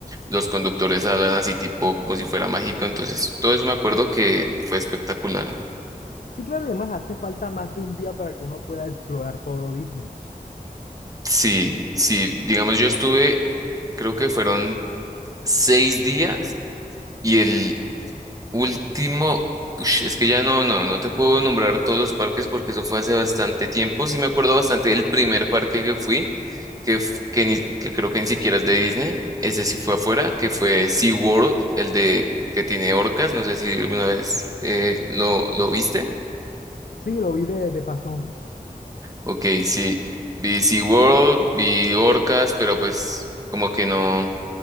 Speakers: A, on the right (about 20°); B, on the left (about 65°).
A: los conductores hablan así tipo como si fuera mágico, entonces todo eso me acuerdo que fue espectacular.
B: Sí, claro, y además hace falta más de un día para que uno pueda explorar todo Disney.
A: Sí, sí, digamos yo estuve, creo que fueron seis días y el último, ush, es que ya no, no, no te puedo nombrar todos los parques porque eso fue hace bastante tiempo. Sí me acuerdo bastante del primer parque que fui, que, f- que, ni- que creo que ni siquiera es de Disney, ese sí fue afuera, que fue SeaWorld, el de que tiene orcas, no sé si alguna vez eh, lo, lo viste.
B: Sí, lo vi de, de pasón.
A: Ok, sí, vi SeaWorld, vi orcas, pero pues como que no.